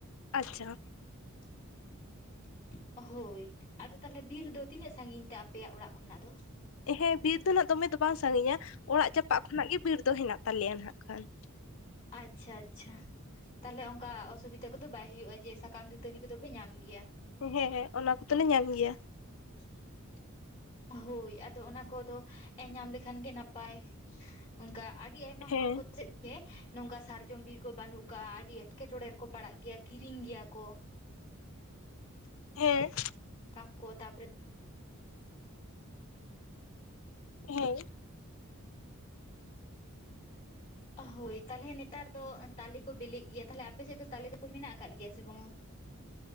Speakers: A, on the left; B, on the left.
A: ᱟᱪᱪᱷᱟ
B: <unintelligible> ᱦᱳᱭ ᱟᱫᱚ ᱛᱟᱦᱚᱞᱮ ᱵᱤᱨ ᱫᱚ ᱛᱤᱱᱟᱹᱜ ᱥᱟᱺᱜᱤᱧ ᱛᱮ ᱟᱯᱮᱭᱟᱜ ᱚᱲᱟᱜ ᱠᱷᱚᱱᱟᱜ ᱫᱚ?
A: ᱦᱮᱸ ᱵᱤᱨ ᱫᱚ ᱱᱟᱜ ᱫᱚᱢᱮ ᱫᱚ ᱵᱟᱝ ᱥᱟᱺᱜᱤᱧᱟ ᱚᱲᱟᱜ ᱪᱟᱯᱟᱜ ᱠᱷᱚᱱᱟᱜ ᱜᱮ ᱵᱤᱨ ᱫᱚ ᱦᱮᱱᱟᱜ ᱛᱟᱞᱮᱭᱟ ᱱᱟᱜ ᱠᱷᱟᱱ ᱾
B: ᱟᱪᱪᱷᱟ ᱟᱪᱪᱷᱟ ᱛᱟᱞᱦᱮ ᱚᱱᱠᱟ ᱚᱥᱩᱵᱤᱫᱷᱟ ᱠᱚᱫᱚ ᱵᱟᱭ ᱦᱩᱭᱩᱜᱼᱟ ᱡᱮ ᱥᱟᱠ ᱠᱟᱢ ᱫᱟᱹᱛᱟᱹᱱᱤ ᱠᱚᱫᱚ ᱯᱮ ᱧᱟᱢ ᱜᱮᱭᱟ ᱾
A: ᱦᱮᱸ ᱦᱮᱸ ᱚᱱᱟ ᱠᱚᱫᱚᱞᱮ ᱧᱟᱢ ᱜᱮᱭᱟ ᱾
B: <unintelligible> ᱦᱳᱭ ᱟᱫᱚ ᱚᱱᱟ ᱠᱚᱫᱚ ᱮᱸ ᱧᱟᱢ ᱞᱮᱠᱷᱟᱱ ᱜᱮ ᱱᱟᱯᱟᱭ ᱾ ᱩᱝᱠᱟ ᱟᱹᱰᱤ ᱟᱭᱢᱟ
A: ᱦᱮᱸ
B: ᱦᱚᱲ ᱠᱚ ᱥᱮᱫ ᱛᱮ ᱱᱚᱝᱠᱟ ᱥᱟᱨᱡᱚᱢ ᱵᱤᱨ ᱠᱚ ᱵᱟᱹᱱᱩᱜ ᱠᱟ ᱟᱹᱰᱤ ᱮᱸᱴᱠᱮᱴᱚᱬᱮ ᱨᱮᱠᱚ ᱯᱟᱲᱟᱜ ᱜᱮᱭᱟ ᱠᱤᱨᱤᱧ ᱜᱮᱭᱟ ᱠᱚ ᱾
A: ᱦᱮᱸ
B: ᱟᱠ ᱠᱚ ᱛᱟᱯᱚᱨᱮᱫ
A: ᱦᱮᱸ
B: ᱦᱳᱭ ᱛᱟᱞᱦᱮ ᱱᱮᱛᱟᱨ ᱫᱚ ᱛᱟᱞᱮ ᱠᱚ ᱵᱤᱞᱤᱜ ᱜᱮᱭᱟ ᱛᱟᱞᱦᱮ ᱟᱯᱮ ᱥᱮᱫ ᱫᱚ ᱛᱟᱞᱮ ᱫᱚᱠᱚ ᱢᱮᱱᱟᱜ ᱠᱟᱜ ᱜᱮᱭᱟ ᱥᱮ ᱵᱟᱝᱼᱟ?